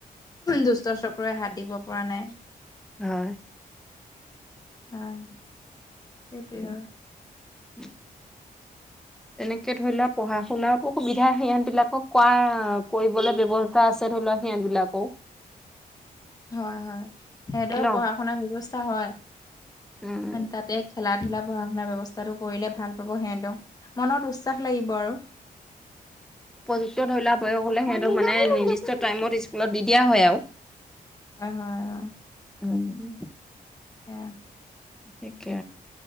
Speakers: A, on the left; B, in the centre.
A: দুষ্ট চক্ৰই হাত দিব পৰা নাই।
B: হয়
A: হয় সেইটোৱে আৱ
B: <unintelligible> এনেকে ধৰিলোৱা পঢ়া-শুনাৰো সুবিধা সিহঁত বিলাকক কোৱা কৰিবলৈ ব্যৱ ত আছে ধৰিলোৱা সিহঁত বিলাকও
A: হয় হয় সেতৰ
B: ন
A: পঢ়া শুনাৰ ব্যৱস্থা হয়
B: উম
A: তাতে খেলা-ধূলা, পঢ়া-শুনা ব্যৱস্থাটো কৰিলে ভাল পাব সিহঁতেও। মনত উৎসাহ লাগিব আৰু
B: উপযুক্ত ধৰি লোৱা বয়স হলে সেতক মানে নিৰ্দিষ্ট টাইমত স্কুলত দি দিয়া হয় আও
A: হয় হয় অ
B: উম
A: এয়া
B: থিকে